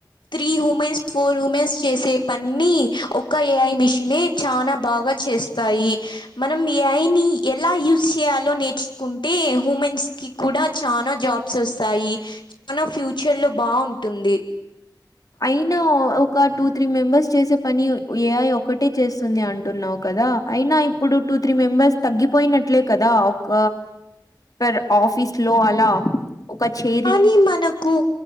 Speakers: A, on the left; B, on the left.
A: త్రీ హుమెన్స్ ఫోర్ హుమెన్స్ చేసే పనిని ఒక ఏఐ మిషన్ చాలా బాగా చేస్త తాయి మనం ఏఐ నీ ఎలా యూజ్ చేయాలో నేర్చుకుంట టే హుమెన్స్ కి కూడా చానా జాబ్స్ వస్తాయి చానా ఫ్యూచర్ లో బాగుంటుంది
B: అయినా ఒక టూ త్రీ మెంబర్స్ చేసే పని ఏఐ ఒకటే చేస్తుంది అంటున్నావు కదా అయినా ఇప్పుడు టూ త్రీ మెంబర్స్ తగ్గిపోయినట్లే కదా ఒక పర్ ఆఫీస్ లో అలా ఒక చె
A: కానీ మనకు